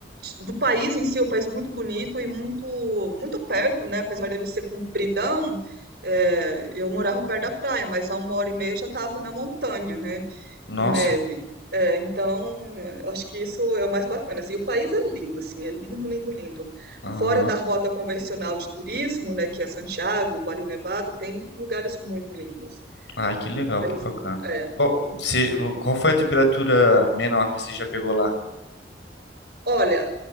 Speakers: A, on the right (about 60°); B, on the left (about 80°).
A: do país em si, é um país muito bonito e muito, muito perto, né? Apesar dele ser compridão, é, eu morava perto da praia, mas há uma hora e meia eu já estava na montanha, né?
B: Nossa.
A: Com neve. É, então, eu acho que isso é o mais bacana. Assim, o país é lindo, assim, é lindo, lindo, lindo.
B: Aham.
A: Fora da rota convencional de turismo, né, que é Santiago, Vale Nevado, tem lugares muito lindos.
B: Ai, que legal,
A: É um país
B: que bacana.
A: muito. é.
B: Qual, se, qual foi a temperatura menor que você já pegou lá?
A: Olha,